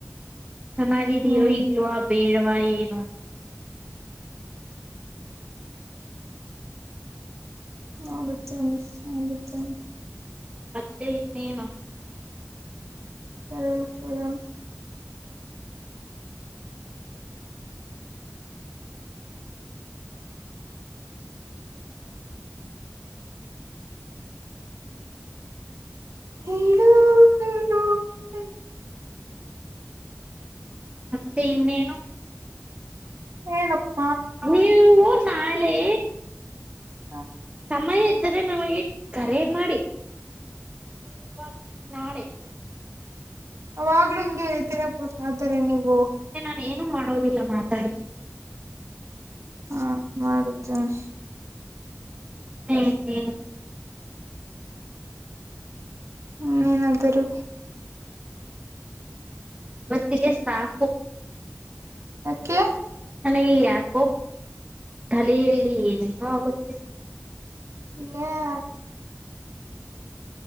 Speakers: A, on the right; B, on the right.
A: ಚೆನ್ನಾಗಿದಯೋ
B: ಹ್ಮ್
A: ಇಲ್ವಾ ಬೇಡವಾ ಏನು
B: ನಳೇನೆ ಅವಳ ಚನೆ <unintelligible>
A: ಮತ್ತೆ ಇನ್ನೇನು
B: ಹ್ಮ ಹಂ ಹೇಳೋ ಹೇಳೋ ಹೇಳ
A: ಮತ್ತೆ ಇನ್ನೇನು
B: ಹೇಳಪ್ಪ
A: ನೀವು ನಾಳೆ
B: ಹಾ
A: ಸಮಯ ಇದ್ದರೆ ನಮಗೆ ಕರೆ ಮಾಡಿ ಹ ನಾಳೆ
B: ಅವಾಗ್ಲಿಂಗೆಳ್ತಿರಿಆದರೆ ನೀವು
A: ನಾನ ಏನು ಮಾಡೋದಿಲ್ಲ ಮಾತಾಡ್ತೀನಿ.
B: ಹಾ ಮಾಡುತ್ತೇನೆ.
A: ಹ್ಮ.
B: ಹ್ಮ ಏನಾಂತರು.
A: ಮತ್ತಿಗೆ ಸಾಕು.
B: ಯಾಕೆ.
A: ನಗೆ ಯಾಕೋ ತಲೆಯಲ್ಲಿ ಏನೇನೋ ಆಗುತ್ತದೆ
B: <inaudible>